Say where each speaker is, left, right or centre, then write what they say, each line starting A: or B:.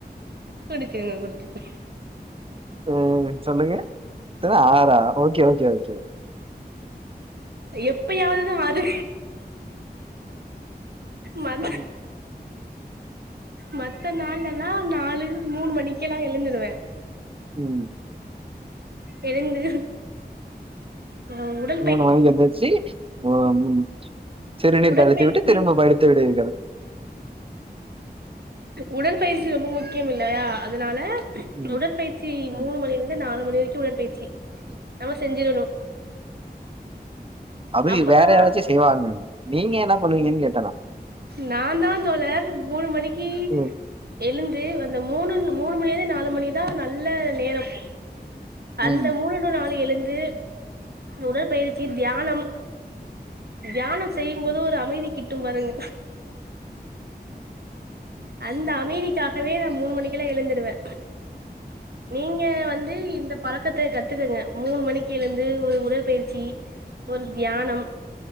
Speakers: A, on the right; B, on the right.
A: குடிச்சுகோங்க குடிச்சுங்
B: ம் சொல்லுங்க எத்தன ஆறா ஓகே ஓகே ஓகே
A: எப்பயாவதுதா ஆறு மத்
B: ம்
A: மத்த நாள்லல்லா நாலு மூணு மணிக்கெல்லா எழுதுருவ
B: ம்
A: எழுந்து அ உடல்
B: மூணு மணிக்கு எந்திச்சி <unintelligible> சிறுநீர்
A: உடற்பயிற்சி
B: கழுத்திவிட்டு திரும்ப படுத்து விடுவீங்கள்
A: உடல் பயிற்சி ரொம்ப முக்கியம் இல்லையா அதனால
B: ம்
A: உடற்பயிற்சி
B: ம்
A: மூணு மணியில இருந்து நாலு மணி வரைக்கு உடற்பயிற்சி நம்ம செஞ்சிறணு
B: அப்டி
A: அப்பதா
B: வேற யாராச்சு செய்வாங்கங் நீங்க என்ன பண்ணுவீங்கன்னு கேட்ட நா
A: நா தா தோழர் மூணு மணிக்கு
B: ம்
A: எழுந்து அந்த மூணு மூணு மணியிலருந்து நாலு மணிக்கு தா நல்ல நேரம் அந்த
B: ம்
A: மூணு டூ நாழு எழுந்து உடற்பயிற்சி தியானம் தியானம் செய்யும் போது ஒரு அமைதி கிட்டும் பாருங்க அந்த அமைதிக்காகவே நா மூணு மணிக்குலா எழுந்துடுவ நீங்க வந்து இந்த பழக்கத்த கத்துக்குங்க மூணு மணிக்கு எழுந்து ஒரு உடற்பயிற்சி ஒரு தியானம்